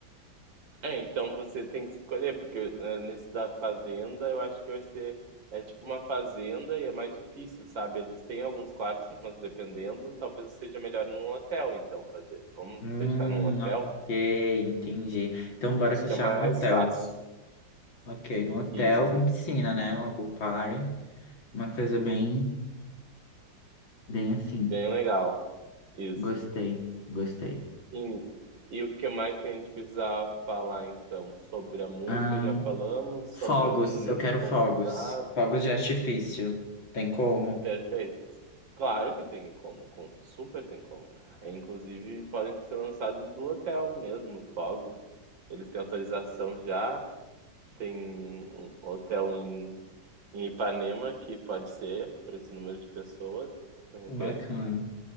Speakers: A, on the right (about 75°); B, on the left (about 80°).
A: É, então você tem que escolher, porque eh, nesse da fazenda eu acho que vai ser é tipo uma fazenda e é mais difícil, sabe? Eles têm alguns quartos, mas dependendo, talvez seja melhor num hotel, então fazer. Vamos
B: Hum,
A: deixar num hotel?
B: ok, entendi. Então bora
A: Acho
B: fechar
A: que é mais
B: no hotel.
A: fácil.
B: Ok, no hotel
A: Isso,
B: com piscina, né? Uma pool party, uma coisa bem Bem assim.
A: bem legal. Isso.
B: Gostei, gostei.
A: E, e o que mais que a gente precisava falar então? Sobre a música,
B: Ahn,
A: já falamos,
B: fogos,
A: sobre o número
B: eu quero
A: de convidados.
B: fogos. Fogos de artifício. Tem como?
A: Perfeito. Claro que tem como, com, super tem como. Aí, inclusive, podem ser lançados do hotel mesmo, os fogos. Eles têm autorização já, tem um hotel em, em Ipanema que pode ser para esse número de pessoas, de repente.
B: Bacana.